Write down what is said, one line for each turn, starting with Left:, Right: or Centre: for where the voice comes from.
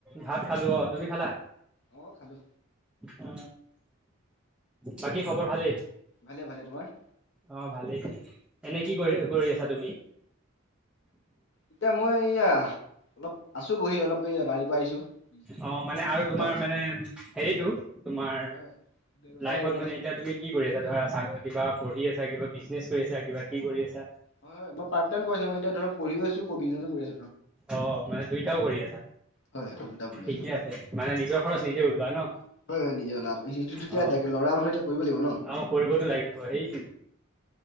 Centre: ভাত খালো অ, তুমি খালা?
Left: অ খালো
Centre: অ, বাকী খবৰ ভালেই?
Left: ভালে - ভালে তোমাৰ।
Centre: অ, ভালেই এনে কি কৰি- কৰি আছা তুমি?
Left: এতিয়া মই এয়া অলপ আছো বহি অলপ বাহিৰ পৰা আহিছো।
Centre: অ,
Left: অলপ
Centre: মানে আৰু
Left: ব্যৱসায়
Centre: তোমাৰ মানে হেৰিটো তোমাৰ
Left: হয় ব্যৱসায়
Centre: লাইফত
Left: অলপ
Centre: মানে
Left: আছে
Centre: এতিয়া তুমি কি কৰি আছা? ধৰা চা কিবা পঢ়ি আছে কিবা বিজনেছ কৰি আছা কিবা কি কৰি আছে।
Left: হয় - হয় মই পাৰ্ট টাইম কৰিছ মানে এতিয়া ধৰক পঢ়ি আছো। হয়
Centre: অ মানে দুইটাও কৰি আছা
Left: - হয়। দুটা কৰি
Centre: ঠিকে
Left: আছো
Centre: আছে মানে নিজৰ খৰচ নিজে ওলোৱা ন।
Left: হয় - হয় নিজই লাভ হৈছে কিন্ত এতিয়া
Centre: অ
Left: লৰা মানুহ এতিয়া কৰিব লাগিব ন। <inaudible>
Centre: অ কৰিবতো লাগিব সেইটোৱে